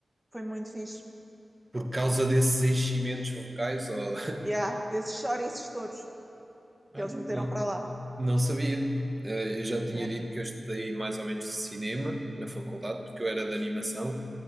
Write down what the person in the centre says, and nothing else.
Foi muito fixe.
Yeah, desses chouriços todos
que eles
meteram para lá.
Yeah.